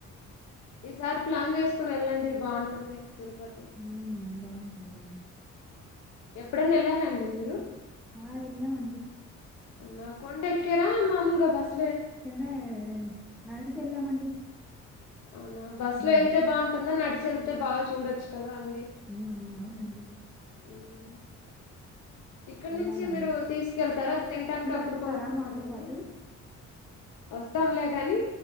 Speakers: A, on the left; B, in the centre.
A: ఈసారి ప్లాన్ చేసుకుని వెళ్ళండి బాగుంటుంది తిరుపతి
B: మ్మ్. బాగుంటుందండి
A: ఎప్పుడైనా వెళ్లారంాండి మీరు
B: ఆ ఎలాం అండి
A: నాకుండ ఎక్క్యరా మామూలుగా బాస్
B: చెంద నాడు చెల్లమంట
A: అవునా బస్ లో వెళ్తే
B: అంతే
A: బాగుంటుందా నడిచి వెళ్తే బాు చూడచ్చు కదా అ
B: <inaudible>
A: హ్మ్ ఇక్కడ
B: వెళ్ళాలండి
A: నుంచి మీరు తీసుకెళ్తారా తింటానికి
B: మీరు
A: అక్కడ
B: వస్తారా
A: కొనుక్కుంటారండి
B: మాతో పాటు
A: వస్తాం లే గనీ